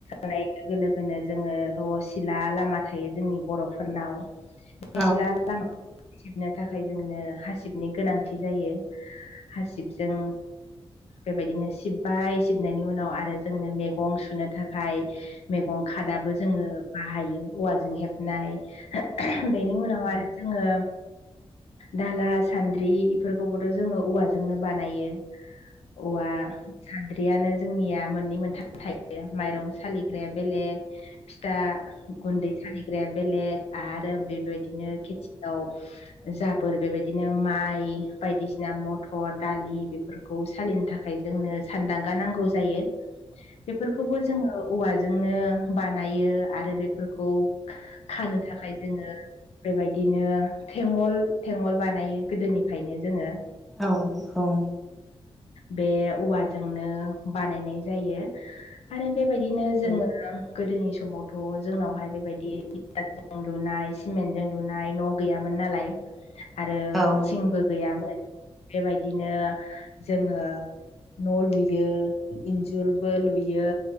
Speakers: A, on the left (about 85°); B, in the centre.
A: लोगो लोगोनो जोङो सिला लामा थायो जोंनि बर'फोरनाव बे
B: औ
A: सिथला लामाखौ हा सिबनो थाखाय जोंनो हासिबनि गोनांथि जायो हासिब जों बेबायदिनो सिबबाय सिबनायनि उनाव आरो जोंनो मैगं सुनो थाखाय मैगं खादाबो जोङो बाहायो औवाजों हेबनाय बेनि उनाव आरो जोङो दाला सान्द्रि बेफोरखौबोथ' जोङो औवाजोंनो बानायो औवा सान्द्रियानो जोंनिया मोननै मोनथाम थायो माइरं सालि सालिग्राया बेलेग फिथा गुन्दै सालिग्राया बेलेग आरो बे बेबायदिनो खेथियाव जाबोर बेबायदिनो माइ बायदिसिना बिना मथर दालि बेफोरखौ सालिनो थाखाय जोंनो सानदांगा नांगौ जायो बेफोरखौबो जोङो औवाजोंनो बानायो आरो बेफोरखौ खानो थाखाय जोङो बेबायदिनो थेंगल थेंगल बानायो गोदोनिफ्रायनो जोङो
B: औ औ
A: बे औवाजोंनो बानायनाय जायो आरो बे बिदिनो जोङो गोदोनि समावथ' जोंनावहाय बेबायदिजों लुनाय सिमेन्ट जों लुनाय न' गैयामोन नालाय आरो
B: औ
A: थिंबो गैयामोन बेबायदिनो जोङो न' लुयो इन्जुरबो लुयो